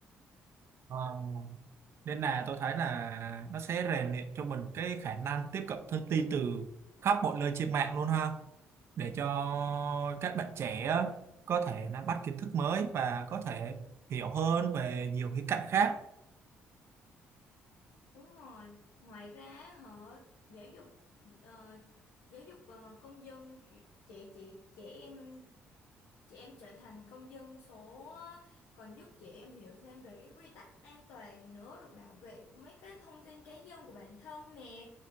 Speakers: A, on the right (about 60°); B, on the left (about 85°).
A: Ờ. nên là tôi thấy là nó sẽ rèn luyện cho mình cái khả năng tiếp cận thông tin từ khắp mọi nơi trên mạng luôn ha để cho các bạn trẻ á, có thể nắm bắt kiến thức mới và có thể hiểu hơn về nhiều khía cạnh khác
B: Đúng rồi. Ngoài ra họ giáo dục ờ, giáo dục ờ, công dân kiểu- trẻ trẻ trẻ em chị em trở thành công dân số á, còn giúp chị em hiểu thêm về cái quy tắc an toàn nữa rồi bảo vệ mấy cái thông tin cá nhân của bản thân nè